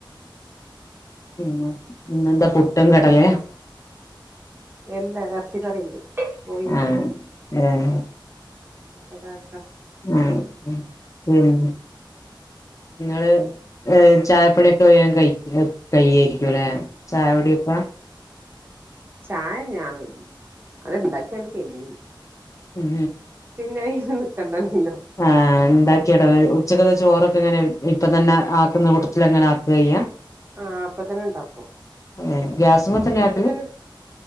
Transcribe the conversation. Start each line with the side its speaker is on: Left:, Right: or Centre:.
Left: പിന്നെ ഇന്നേന്താ പുട്ടും കടലേ
Right: എല്ലാ എർച്ചിക്കറിണ്ട് കോയിണ്ട്
Left: ആഹ് ഏഹ്
Right: ഇതാക്ക
Left: ആഹ് ഉ <inaudible> ങ്ങള് ഏ ചായപ്പണിയൊക്കെ വേം കയ് കയ്യേരിക്കും ല്ലെ ചായകുടിയൊക്കെ
Right: ചായ ഞാൻ അത് ഇണ്ടാക്കിയണ്ട് കയ്ഞ്ഞ്നു
Left: ഉം
Right: പിന്നെ അയ്‌ന് നിക്കണ്ടല്ലോ
Left: ആഹ് ഉണ്ടാക്കിടവ് ഉച്ചകത്തെ ചോറൊക്കെങ്ങനെ ഇപ്പ തന്നെ ആക്കുന്ന കൂട്ടത്തിലങ്ങനെ ആക്കെയ്യാ
Right: ആ അപ്പൊ തന്നെ ഇണ്ടാക്കും
Left: ഏഹ് ഗ്യാസുമ്മെ
Right: ഇപ്പൊ
Left: ആക്കല്
Right: തന്നെ